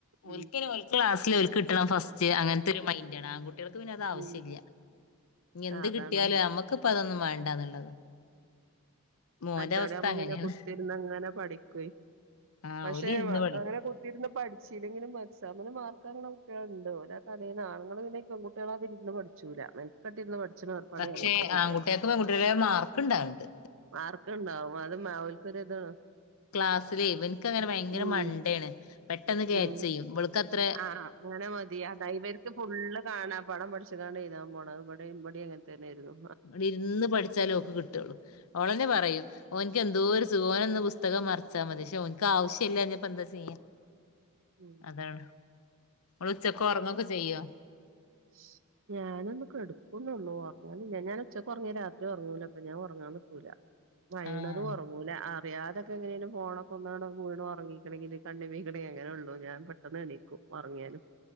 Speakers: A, on the right; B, on the left.
A: ഉം
B: ഓൽക്കയ്ന് ഓൽക്ക് ക്ലാസ്സില് ഓല്ക്ക് കിട്ടണം ഫസ്റ്റ് അങ്ങനത്തെ ഒരു മൈൻ്റാണ് ആൺകു ട്ട്യേൾക്ക് പിന്നെ അത് ആവശ്യല്ല
A: ഉം
B: ഇനി എന്ത്
A: ആഹ് അതാണ്
B: കിട്ടിയാലും നമ്മക്ക്പ്പതൊന്നും വേണ്ടാന്നുള്ളതാ മോന്റെ
A: മറ്റോരാവുമ്പോ
B: അവസ്ഥ അങ്ങനെയാണ്
A: പിന്നെ കുത്തിര്ന്ന് അങ്ങനെ പഠിക്കും
B: ആ
A: പക്ഷേ
B: ഓല് ഇരുന്ന് പഠിക്കും
A: അങ്ങനെ കുത് കുത്തിര്ന്ന് പഠിച്ചിലെങ്കിലും എക്സാമിന് മാർക്ക് വാങ്ങണ കുട്ടികളുണ്ട് ഒരാ തലേന്ന് ആണുങ്ങള് പിന്നെ പെൺകട്ടികളെ മാതിര്ന്ന് പഠി ച്ചൂല മെനക്കട്ടിര്ന്ന് പഠിക്കണ ഏർപ്പാട്
B: പക്ഷെ
A: ആൺകുട്ടേക്കില്യ
B: ആൺകുട്ടികൾക്ക് പെൺകുട്ടികളെ മാർക്ക് ഇണ്ടാവലണ്ട്
A: മാർക്കുണ്ടാവും അത് മാവൽക്കൊരു ഇതാണ്
B: ക്ലാസ്സിലെ ഇവനിക്കങ്ങനെ ഭയങ്കര
A: ഉം
B: മണ്ടയാണ് പെട്ടെന്ന് കേച്ച്
A: ഉം
B: ചെയ്യും ഇൾക്ക് അത്രേ
A: ആഹ് അങ്ങനെ മതി അതാ ഇവര്ക്ക് ഫുള്ള് കാണാ പാടം പഠിച്ച്ങ്ങാണ്ട് എഴുതാൻ പോണത് ഇവടെ ഇവടിം അങ്ങൻതന്നെര്ന്നു
B: ഇവിടെ ഇരുന്ന് പഠിച്ചാലും ഓൾക്ക് കിട്ടൊള്ളു ഓളെന്നെ പറയും ഓനിക്ക് എന്തോരു സുഖാ ഒനൊന്ന് പുസ്തകം മറിച്ചാൽ മതി പക്ഷെ ഓൻക്ക് ആവശ്യം ഇല്ലാഞ്ഞാപ്പ എന്താ ചിയ്യാ
A: ഉം
B: അതാണ് ഇങ്ങള് ഉച്ചക്ക് ഉറങ്ങൊക്കെ ചെയ്യോ
A: <unintelligible> ഞാനൊന്ന് കെടുക്കുന്നുള്ളൂ ഒറങ്ങലില്ല ഞാൻ ഉച്ചക്ക് ഒറങ്ങിയാ രാത്രി ഒറങ്ങൂല അപ്പൊ ഞാൻ ഒറങ്ങാൻ നിക്കൂല കൈണതും
B: ആഹ്
A: ഒറങ്ങു ങ്ങൂല അറിയാതെക്കെ എങ്ങനെലും ഫോണക്കൊന്നൺ വീണു ഒറക്കീക്കണെങ്കില് കണ്ണിമ്മിക്ക്ണെങ്കി അങ്ങനെയുള്ളൂ ഞാന് പെട്ടെന്ന് ണി ക്കും ഒറങ്ങിയാലും